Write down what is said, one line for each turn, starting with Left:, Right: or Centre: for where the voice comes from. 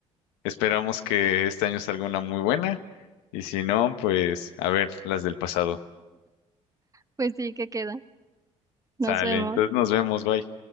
Left: Esperamos que este año salga una muy buena y si no, pues a ver las del pasado.
Right: Pues sí, ¿qué queda? Nos
Left: Sale,
Right: vemos.
Left: entonces nos vemos, bye.